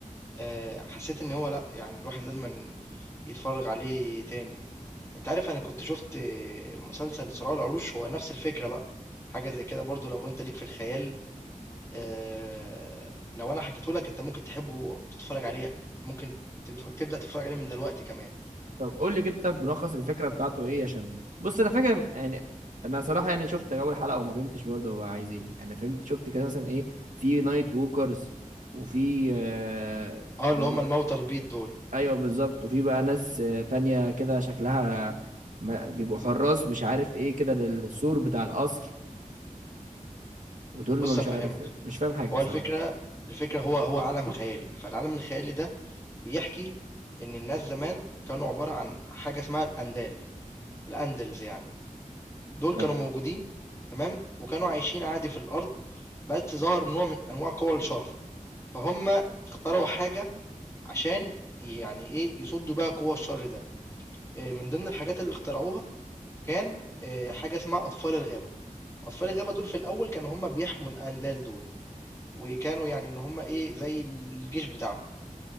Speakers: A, on the left; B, on the right.
A: آآ، حسيت إن هو لأ، يعني الواحد لازمًا يتفرّج عليه تاني. أنت عارف أنا كنت شُفت مسلسل صراع العروش، هو نفس الفكرة بقى، حاجة زي كده برضه لو أنت ليك في الخيال آه، لو انا حكيته لك انت ممكن تحبه وتتفرج عليه ممكن تبد- تبدأ تتفرج عليه من دلوقتي كمان
B: طب قول لي كده طب ملخص الفكره بتاعته ايه عشان بص انا فاكر يعني انا صراحه يعني شفت اول حلقه وما فهمتش برضه هو عايز ايه انا فهمت شفت كده مثلا ايه في نايت ووكرز وفي آه...
A: اه
B: م-
A: اللي هم الموتى البيض دول
B: ايوه بالظبط وفي بقى ناس آه، تانية كده شكلها ما... بيبقوا حراس مش عارف ايه كده للسور بتاع القصر ودول ما
A: بص
B: مش
A: افهمك
B: عارف مش فاهم حاجه
A: هو
B: صراحه
A: الفكرة الفكرة هو هو عالم خيالي فالعالم الخيالي ده بيحكي ان الناس زمان كانوا عبارة عن حاجة اسمها الاندال الاندلز يعني دول كانوا
B: ايوه
A: موجودين تمام وكانوا عايشين عادي في الارض بس ظهر نوع من انواع قوى الشر فهم اخترعوا حاجة عشان يعني ايه يصدوا بيها قوى الشر ده آه، من ضمن الحاجات اللي اخترعوها كان آه، حاجة اسمها أطفال الغابة أطفال الغابة دول في الأول كانوا هم بيحموا الأندال دول وكانوا يعني إن هم إيه زي الجيش بتاعهم